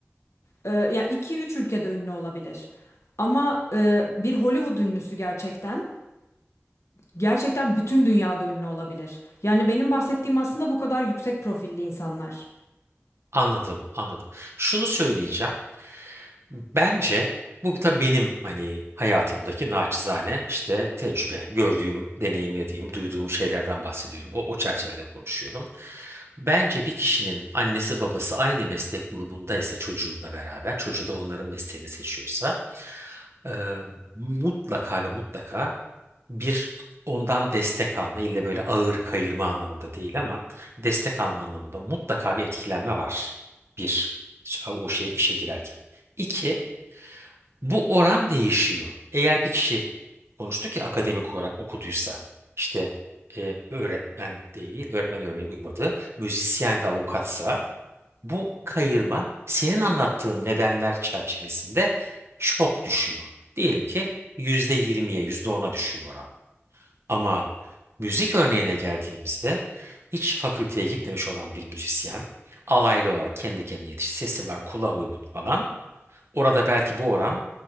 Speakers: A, on the left; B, on the right.
A: e, ya iki üç ülkede ünlü olabilir. Ama e, bir Hollywood ünlüsü gerçekten, gerçekten bütün dünyada ünlü olabilir. Yani benim bahsettiğim aslında bu kadar yüksek profilli insanlar.
B: Anladım, anladım. Şunu söyleyeceğim. Bence bu bir tabii benim hani hayatımdaki naçizane işte tecrübe, gördüğüm, deneyimlediğim, duyduğum şeylerden bahsediyorum. O, o çerçevede konuşuyorum. Bence bir kişinin annesi babası aynı meslek grubundaysa çocuğunla beraber, çocuğu da onların mesleğini seçiyorsa e, mutlaka ve mutlaka bir ondan destek alma, illa böyle ağır kayırma anlamında değil ama destek alma anlamında mutlaka bir etkilenme var. Bir, o şey işe girerken. İki, bu oran değişiyor. Eğer bir kişi konuştu ki akademik olarak okuduysa işte e, öğretmen değil, öğretmen örneği uymadı, müzisyen ve avukatsa bu kayırma senin anlattığın nedenler çerçevesinde çok düşüyor. Diyelim ki yüzde yirmiye yüzde ona düşüyor oran. Ama müzik örneğine geldiğimizde hiç fakülteye gitmemiş olan bir müzisyen alaylı olarak kendi kendine yetişti, sesi var, kulağa uygun falan Orada belki bu oran